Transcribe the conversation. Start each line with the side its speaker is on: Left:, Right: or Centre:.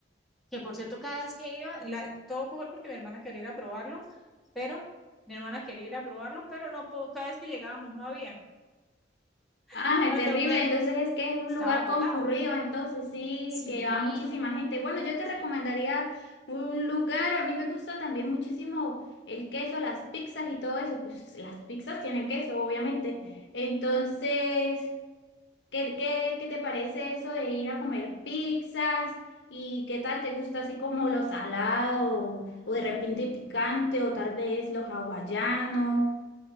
Centre: que por cierto cada vez que iba, la, todo fue porque mi hermana quería ir a probarlo, pero mi hermana quería ir a probarlo, pero no, po- cada vez que llegábamos no había,
Left: Ah,
Centre: <laughs>
Left: es
Centre: hasta
Left: terrible.
Centre: que
Left: Entonces es que es un
Centre: estaba
Left: lugar
Centre: agotado.
Left: concurrido, entonces sí,
Centre: Sí,
Left: que va muchísima
Centre: no,
Left: gente. Bueno, yo te
Centre: sí.
Left: recomendaría un lugar, a mí me gusta también muchísimo el queso, las pizzas y todo eso. Pues las pizzas tienen queso, obviamente. Entonces, ¿qué, qué, qué te parece eso de ir a comer pizzas? ¿Y qué tal te gusta así como lo salado o de repente picante o tal vez los hawaianos?